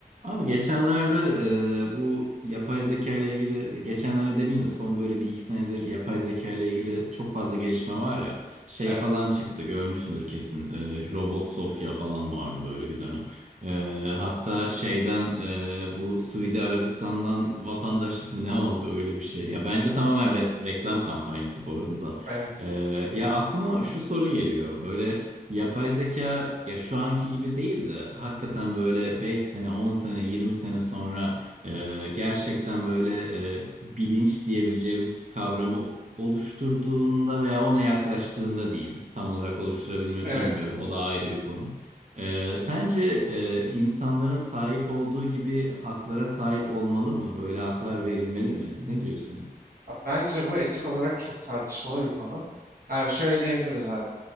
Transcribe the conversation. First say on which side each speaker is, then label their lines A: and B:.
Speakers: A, on the right; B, on the right.
A: Abi geçenlerde e, bu yapay zeka ile ilgili geçenlerde demeyeyim de son böyle bir iki senedir yapay zeka ile ilgili çok fazla gelişme var ya şey
B: Evet,
A: falan çıktı görmüşsündür kesin E, Robot Sofya falan vardı böyle bir dönem. E, hatta şeyden e, bu Suudi Arabistan'dan vatandaşlık mı ne oldu öyle bir şey. Ya bence tamamen rep- reklam kampanyası bu arada da.
B: evet,
A: E, ya aklıma şu soru geliyor böyle. Yapay zeka ya şu anki gibi değil de hakikaten böyle 5 sene, 10 sene, 20 sene sonra e, gerçekten böyle e, bilinç diyebileceğimiz kavramı oluşturduğunda veya ona yaklaştığında diyeyim. Tam olarak oluşturabilir
B: evet.
A: mi bilmiyorum. O da ayrı bir konu. E, sence e, insanların sahip olduğu gibi haklara sahip olmalı mı? Böyle haklar verilmeli mi? Ne diyorsun?
B: Ha, Bence bu etik olarak çok tartışmalı bir konu. Yani şöyle diyebiliriz abi.